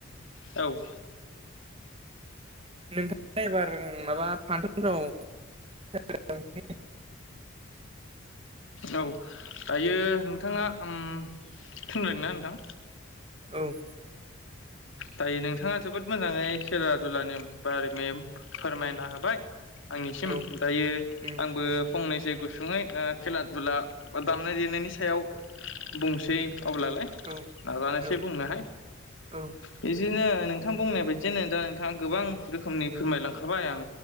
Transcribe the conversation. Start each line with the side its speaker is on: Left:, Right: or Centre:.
Left: औ
Right: नोंथां द्राइभार माबा फांसनफोराव <unintelligible>
Left: औ दायो नोंथाङा ओम <unintelligible> ना नोंथां
Right: औ
Left: दायो नोंथाङा जोबोद मोजाङै खेला दुलानि बारै मेम फोरमायना होबाय आंनिसिम
Right: औ
Left: दायो
Right: उम
Left: आंबो फंनैसो गुसुङै खेला दुला दामनाय देनायनि सायाव बुंसै अब्लालाय
Right: औ
Left: नाजानोसै
Right: औ
Left: बुंनोहाय
Right: औ
Left: बिदिनो नोंथां बुंनाय बायदियानो दा नोंथाङा गोबां रोखोमनि फोरमायलांखाबाय आं